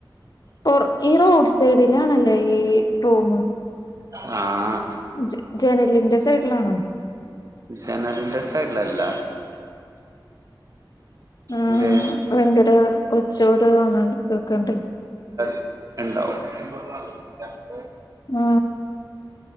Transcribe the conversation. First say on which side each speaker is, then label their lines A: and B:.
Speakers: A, on the left; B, on the right.
A: ഓർ ഈ റോഡ് സൈഡിലാണല്ലേ ഈ റൂമ്
B: ആ
A: ജെ ജെനലിന്റെ സൈഡിലാണോ
B: ജെനലിന്റെ സൈഡിലല്ല
A: ആഹ്
B: എന്തെ
A: ഭയങ്കര ഒച്ചോട് തോന്നുന്നുണ്ട് കേക്കണ്ട്
B: <inaudible> ഇണ്ടാവും <unintelligible>
A: ആ